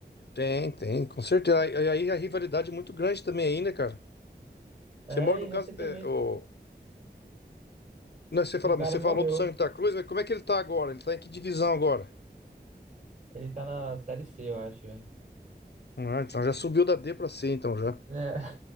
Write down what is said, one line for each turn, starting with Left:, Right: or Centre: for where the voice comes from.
Left: Tem, tem, com certeza. E aí a rivalidade é muito grande também aí, né, cara?
Right: É,
Left: Você mora no
Right: e recentemente
Left: caso. é, o... Não, você falou,
Right: um cara
Left: você
Right: morreu.
Left: falou do Santa Cruz, mas como é que ele tá agora? Ele tá em que divisão agora?
Right: Ele tá na série C, eu acho, velho.
Left: Ah, então já subiu da D pra C, então já.
Right: É,